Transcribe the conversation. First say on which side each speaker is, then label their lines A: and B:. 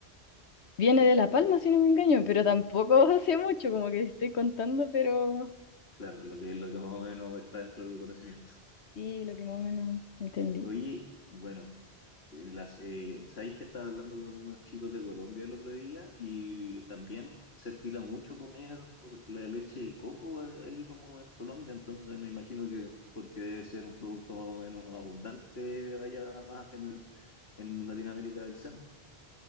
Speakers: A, on the left; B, on the left.
A: Viene de La Palma, si no me engaño, pero tampoco <laughs> sé mucho, como que estoy contando, pero
B: Claro, lo que, lo que más o menos está dentro de tu conocimiento.
A: sí, lo que más o menos entendí.
B: Oye, bueno, eh, las, eh, sabéis que estaba hablando con unos chicos de Colombia el otro día y también se estila mucho comer la leche de coco eh, ahí como en Colombia, entonces me imagino que porque debe ser un producto más o menos abundante allá más en el, en Latinoamérica del centro,